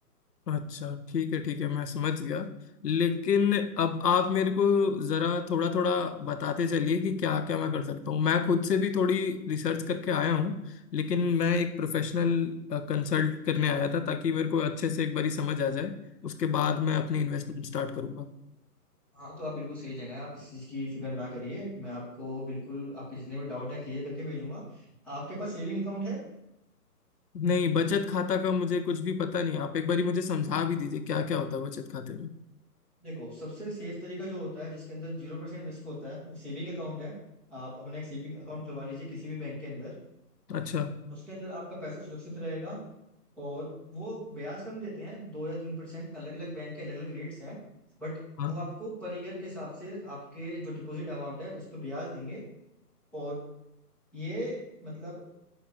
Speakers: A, on the left (about 75°); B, in the centre.
A: अच्छा ठीक है ठीक है मैं समझ गया लेकिन अब आप मेरे को जरा थोड़ा थोड़ा बताते चलिए कि क्या क्या मैं कर सकता हूँ मैं खुद से भी थोड़ी रिसर्च करके आया हूँ लेकिन मैं एक प्रोफेशनल कंसल्ट करने आया था ताकि मेरे को अच्छे से एक बारी समझ आ जाए उसके बाद मैं अपनी इन्वेस्टमेंट स्टार्ट करूंगा
B: हाँ तो आप बिल्कुल सही जगह है आप इस चीज़ की फिक्र ना करिए मैं आपको बिल्कुल आपके जितने भी डाउट है क्लियर करके भेजूंगा आपके पास सेविंग अकाउंट है
A: नहीं बचत खाता का मुझे कुछ भी पता नहीं आप एक बारी मुझे समझा भी दीजिए क्या क्या होता है बचत खाते में
B: देखो सबसे सेफ तरीका जो होता है जिसके अंदर जीरो परसेंट रिस्क होता है वो सेविंग अकाउंट है आप अपना एक सेविंग अकाउंट खुलवा लीजिए किसी भी बैंक के अंदर
A: अच्छा
B: उसके अंदर आपका पैसा सुरक्षित रहेगा और वो ब्याज कम देते हैं दो या तीन परसेंट अलग अलग बैंक के अलग अलग रेट्स हैं बट
A: हाँ
B: वो आपको पर ईयर के हिसाब से आपके जो डिपॉजिट अमाउंट है उस पर ब्याज देंगे और ये मतलब